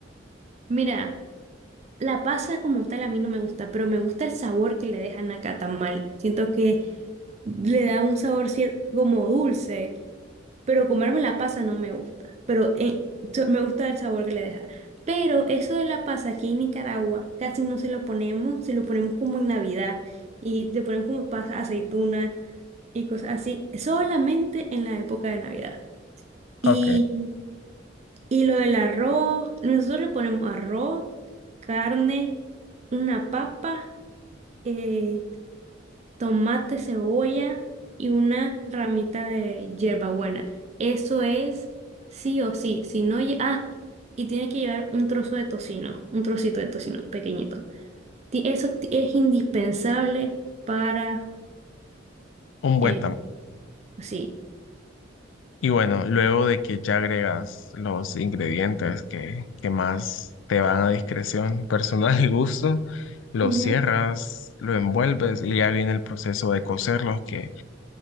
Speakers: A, on the right (about 35°); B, on the left (about 80°).
A: Mira, la pasa como tal a mí no me gusta, pero me gusta el sabor que le dejan a cada tamal. Siento que le da un sabor cier- como dulce, pero comerme la pasa no me gusta, pero eh, so- me gusta el sabor que le deja. Pero eso de la pasa aquí en Nicaragua casi no se lo ponemos, se lo ponemos como en Navidad y le ponemos como pasa, aceituna y cosas así, solamente en la época de Navidad. Y,
B: Ok,
A: y lo del arroz, nosotros le ponemos arroz, carne, una papa, eh, tomate, cebolla y una ramita de hierbabuena. Eso es sí o sí. Si no, lle- ah, y tiene que llevar un trozo de tocino, un trocito de tocino pequeñito. Ti- Eso ti- es indispensable para,
B: un buen
A: eh,
B: tamaño.
A: sí.
B: Y bueno, luego de que ya agregas los ingredientes que, que más te van a discreción personal <laughs> y gusto, lo
A: Ujú.
B: cierras, lo envuelves y ya viene el proceso de cocerlos, que